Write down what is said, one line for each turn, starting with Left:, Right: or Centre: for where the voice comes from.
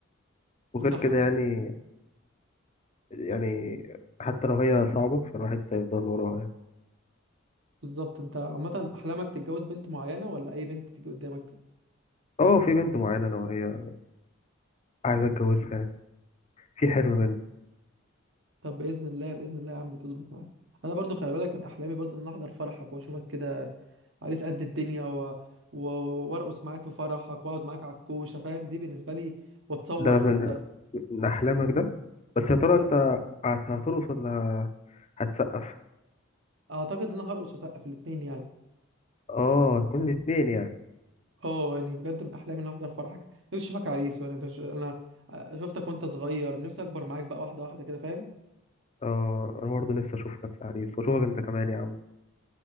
Left: وغير
Right: انا
Left: كده
Right: ح-
Left: يعني يعني حتى لو هي صعبة فالواحد هيفضل وراها يعني
Right: بالظبط انت عامه احلامك تتجوز بنت معينه ولا اي بنت تيجي قدامك
Left: اه في بنت معينة انا وهي عايز اتجوزها يعني في حلم بينا
Right: طب باذن الله باذن الله يا عم تظبط معايا انا برضو خلي بالك من احلامي برضو ان انا احضر فرحك واشوفك كده عريس قد الدنيا و... و... وارقص معاك في فرحك واقعد معاك على الكوشه فاهم دي بالنسبه لي واتصور
Left: ده
Right: حتى
Left: من من احلامك ده بس يا ترى
Right: ده
Left: انت هت- هترقص ولا هتسقف
Right: اعتقد ان انا هرقص واسقف الاثنين يعني
Left: اه كل الاتنين يعني
Right: اه يعني بجد من احلامي ان أنا احضر فرحك نفسي اشوفك عريس وانا انا أنا شفتك وانت صغير نفسي اكبر معاك بقى واحده واحده كده فاهم
Left: اه انا برضه نفسي اشوف نفسي عريس واشوفك انت كمان يا عم